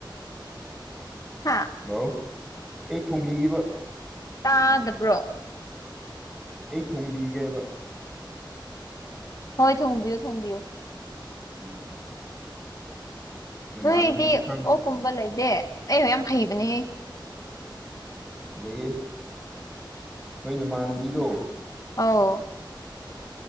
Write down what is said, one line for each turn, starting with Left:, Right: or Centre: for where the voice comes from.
Left: ꯍꯥꯥ
Centre: ꯑꯎ ꯑꯩ ꯊꯣꯡꯕꯤꯈꯤꯕ
Left: ꯇꯥꯗꯕ꯭ꯔꯣ
Centre: ꯑꯩ ꯊꯣꯡꯕꯤꯒꯦ ꯍꯥꯏꯕ
Left: ꯍꯣꯏ ꯊꯣꯡꯕꯤꯌꯨ ꯊꯣꯡꯕꯤꯌꯨ
Centre: ꯎꯝ ꯅꯃꯥꯟꯅꯕꯤꯗꯤ
Left: ꯅꯣꯏꯗꯤ ꯑꯣꯛꯀꯨꯝꯕ
Centre: ꯈꯪꯗꯦ
Left: ꯂꯩꯗꯦ ꯑꯩ ꯌꯥꯝ ꯍꯩꯕꯅꯦ
Centre: ꯂꯩꯌꯦ ꯅꯣꯏ ꯅꯃꯥꯟꯅꯕꯤꯗꯣ
Left: ꯑꯣꯥꯎ